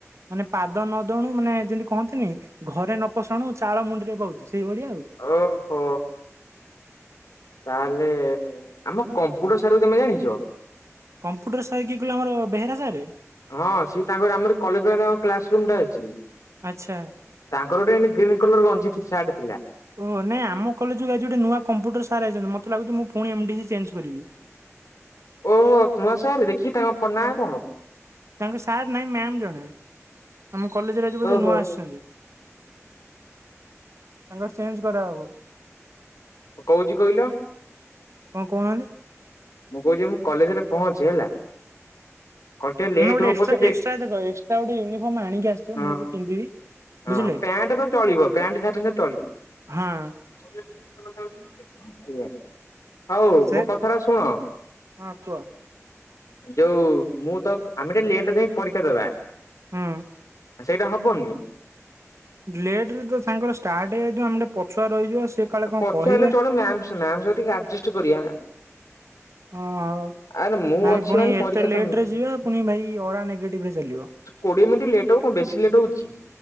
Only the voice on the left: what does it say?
ଓ ହୋ। ତାହେଲେ ଆମ କମ୍ପୁଟର ସାର୍ କୁ ତମେ ଜାଣିଛ?
ହଁ ସିଏ ତାଙ୍କର ଆମରି କଲେଜ୍ ପାଖରେ ତାଙ୍କ କ୍ଲାସ ରୁମ୍ ଟା ଅଛି।
ତାଙ୍କର ଗୋଟେ ଗ୍ରୀନ୍ କଲର ଗଞ୍ଜି ସାର୍ଟ ଥିଲା।
ଓହୋ ନୂଆ ସାର୍ ଦେଖିକି ତାଙ୍କ ଫୋ ନା କଣ।
ଓହୋ
କହୁଛିି କହିଲ
ମୁଁ କହୁଛି ମୁଁ କଲେଜ୍ ରେ ପହଞ୍ଚେ ହେଲା। ଘଣ୍ଟେ ଲେଟ୍
ହଉ
ପଛେ ଡେ
ହଁ
ହଁ
ପ୍ୟାଣ୍ଟ୍ ତ ଚଳିବ ପ୍ୟାଣ୍ଟ୍ ଯାହା ପିନ୍ଧିଲେ ଚଳିବ।
ଆଜ୍ଞା। ହଉ
ମୋ କଥାଟା ଶୁଣ
ଯୋଉ ମୁଁ ତ ଆମେ ଟିକେ ଲେଟ୍ ରେ ଯାଇ ପରୀକ୍ଷା ଦେବା।
ସେଇଟା ହବନି।
ପଛୁଆ
ହେଲେ ଚଳିବ ମ୍ୟାମ୍ ମ୍ୟାମ୍ ସ ଟିକେ ଆଡଜଷ୍ଟ୍ କରିବା।
ଆରେ ମୁଁ
ଅଛି
ମାନେ
ପରୀକ୍ଷା
ତ
କୋଡ଼ିଏ ମିଣ୍ଟି ଲେଟ ହବ କଣ ବେଶୀ ଲେଟ୍ ହଉଛି।